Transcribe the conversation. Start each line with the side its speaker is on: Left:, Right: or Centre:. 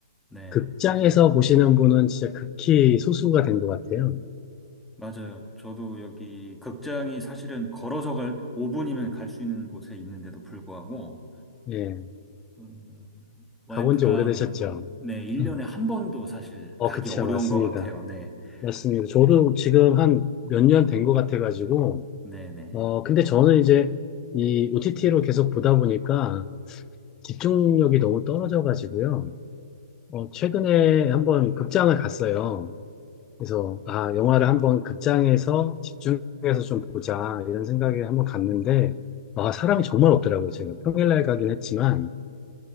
Centre: 네.
Left: 극장에서 보시는 분은 진짜 극히 소수가 된 것 같아요.
Centre: 맞아요. 저도 여기 극장이 사실은 걸어서 갈 5분이면 갈 수 있는 곳에 있는데도 불구하고
Left: 예,
Centre: 음, 와이프랑
Left: 가본 지 오래되셨죠?
Centre: 네 1년에
Left: 음.
Centre: 한 번도 사실
Left: 어,
Centre: 가기
Left: 그치요.
Centre: 어려운
Left: 맞습니다.
Centre: 것 같아요. 네,
Left: 맞습니다. 저도
Centre: 네,
Left: 지금 한 몇 년 된 것 같아가지고,
Centre: 네, 네,
Left: 어, 근데 저는 이제 이 OTT로 계속 보다 보니까 집중력이 너무 떨어져가지고요. 어, 최근에 한번 극장을 갔어요. 그래서, 아, 영화를 한번 극장에서 집중해서 좀 보자, 이런 생각에 한번 갔는데, 아, 사람이 정말 없더라고요. 제가 평일날 가긴 했지만,